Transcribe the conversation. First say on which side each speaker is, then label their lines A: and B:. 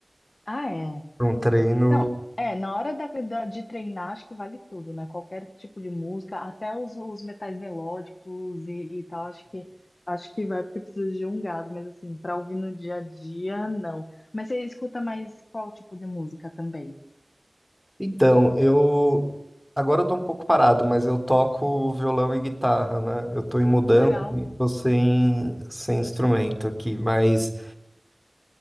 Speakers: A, on the left; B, on the left.
A: Ah, é.
B: pra um treino.
A: Não, é, na hora da, da- de treinar, acho que vale tudo, né? Qualquer tipo de música, até os, os metais melódicos e, e tal, acho que acho que vai porque precisa de um gás, mas assim, pra ouvir no dia a dia, não. Mas você escuta mais qual tipo de música também?
B: Então, eu agora eu tô um pouco parado, mas eu toco violão e guitarra, né? Eu tô em mudança,
A: Que legal.
B: e tô sem, sem instrumento aqui, mas